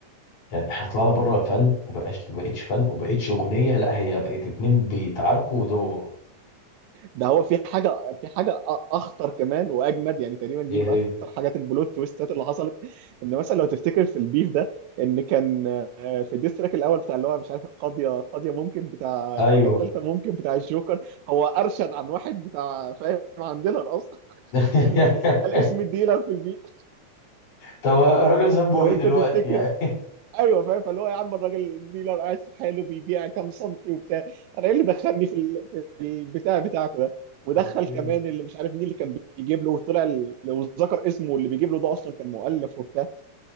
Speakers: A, on the left (about 75°); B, on the right (about 80°).
A: يعني احنا طلعنا بره الفن وبقاش بقتش فن وبقتش اغنيه لا هي بقت اتنين بيتعاركوا ويضربوا بعض
B: ده هو في حاجه في حاجه أ- اخطر كمان واجمد يعني تقريبا دي
A: ايه
B: من
A: هي
B: اكتر حاجات البلوت تويستات اللي حصلت ان مثلا لو تفتكر في البيف ده ان كان آه، في الديستراك الاول بتاع اللي هو مش عارف القاضيه القاضيه ممكن بتاع
A: ايوه
B: ولا الثالثه ممكن بتاع الجوكر هو ارشد عن واحد بتاع فاهم عن ديلر اصلا <laughs>
A: <laughs>
B: يعني هو قال اسم الديلر في البيف
A: طب الراجل ذنبه
B: لو
A: ايه دلوقتي
B: انت تفتكر
A: يعني
B: ايوه فاهم فاللي هو يا عم الراجل الديلر قاعد في حاله بيبيع كام سنتي وبتاع انا ايه اللي دخلني في البتاع بتاعكم ده ودخل
A: اوكي
B: كمان اللي مش عارف مين اللي كان بيجيب له وطلع ال- لو ذكر اسمه اللي بيجيب له ده اصلا كان مؤلف وبتاع